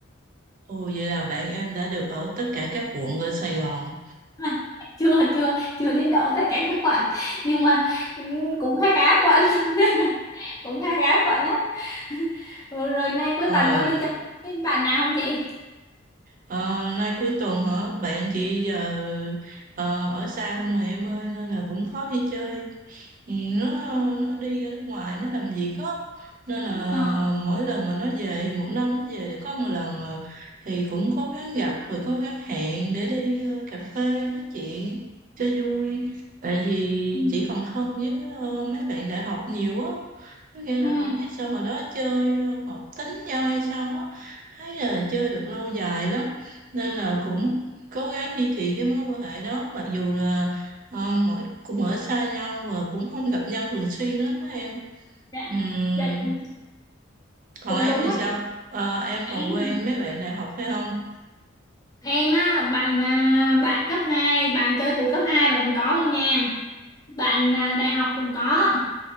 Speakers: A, on the right; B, on the left.
A: Ồ vậy là bạn em đã được ở tất cả các quận ở Sài Gòn.
B: À, <laughs> chưa chưa chưa đến độ tất cả các quận nhưng mà ừm, cũng khá khá quận <laughs> cũng khá khá quận á <laughs> rồi, rồi nay cuối
A: Ờ,
B: tuần có đi chơi với bạn nào không chị
A: ờ, nay cuối tuần hả? Bạn chị giờ ờ, ở xa không mà em ơi nên là cũng khó đi chơi. Ừ, nó nó đi ra nước ngoài nó làm việc á nên là
B: ờ
A: mỗi lần mà nó về một năm nó về được có một lần à, thì cũng cố gắng gặp rồi cố gắng hẹn để đi ờ, cà phê nói chuyện cho vui tại vì
B: ừ
A: chị còn thân với ờ, mấy bạn đại học nhiều á có nghĩa là
B: ừ
A: không biết sao hồi đó chơi ờ, hợp tính nhau hay sao á thấy là chơi được lâu dài lắm nên là cũng cố gắng duy trì cái mối quan hệ đó mặc dù là ờ, mỗi đứa cũng ở xa nhau và cũng không gặp nhau thường xuyên lắm á em
B: dạ
A: Ừm,
B: dạ cũng
A: còn
B: cũng
A: em
B: đúng
A: thì
B: á
A: sao
B: chị
A: Ờ, em còn
B: em
A: quen mấy bạn đại học phải không
B: Em á, bạn à, bạn cấp hai bạn chơi từ cấp 2 là cũng có luôn nha. Bạn à, đại học cũng có